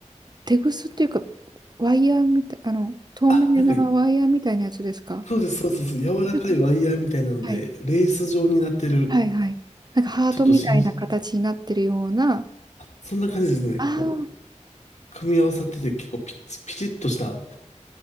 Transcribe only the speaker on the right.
テグスっていうか、ワイヤーみたい、あの、透明なワイヤーみたいなやつですか
ちょっと、はい、
はい、はい。なんかハートみたいな形になってるような、
あ